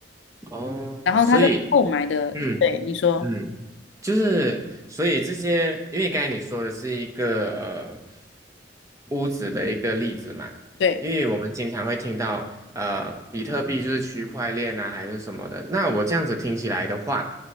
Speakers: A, on the right; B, on the left.
A: 哦，
B: 然后他在购买的，
A: 所以。嗯
B: 对你说，
A: 嗯，就是所以这些，因为刚才你说的是一个呃屋子的一个例子嘛，
B: 对，
A: 因为我们经常会听到呃比特币就是区块链啊还是什么的，那我这样子听起来的话，